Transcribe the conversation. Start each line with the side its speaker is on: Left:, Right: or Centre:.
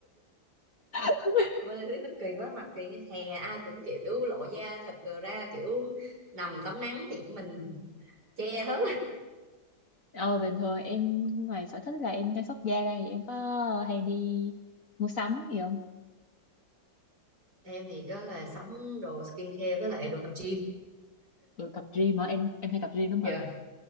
Left: <laughs>
Right: Qua đây thấy nó kỳ quá mặt kỳ hè ai cũng kiểu lộ da thịt đồ ra kiểu nằm tắm nắng thì mình che hết
Left: ờ bình thường em ngoài sở thích là em chăm sóc da đây em có hay đi mua sắm gì không
Right: em thì có là sắm đồ skincare với lại đồ tập gym
Left: đồ tập gym hả em em hay tập gym lắm
Right: dạ
Left: hả